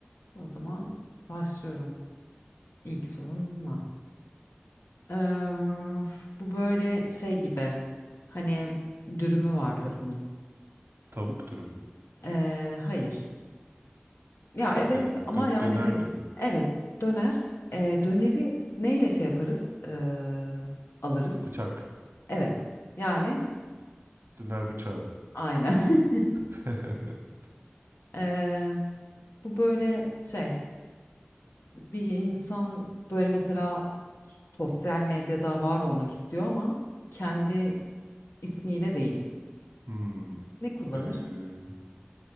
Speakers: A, on the left; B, on the right.
A: O zaman başlıyorum ilk sorunla. Ee, bu böyle şey gibi. Hani dürümü vardır bunun.
B: Tavuk dürüm mü?
A: Ee, hayır. Ya evet
B: E,
A: ama
B: dön-
A: yani
B: döner
A: hayır.
B: dürüm.
A: Evet, döner. Ee, döneri neyle şey yaparız? Ee, alırız.
B: Bıçak.
A: Evet. Yani
B: Döner bıçağı.
A: aynen.
B: <laughs>
A: <laughs> Ee, bu böyle şey. bir insan böyle mesela sosyal medyada var olmak istiyor ama kendi ismiyle değil.
B: hmm.
A: Ne kullanır?
B: E,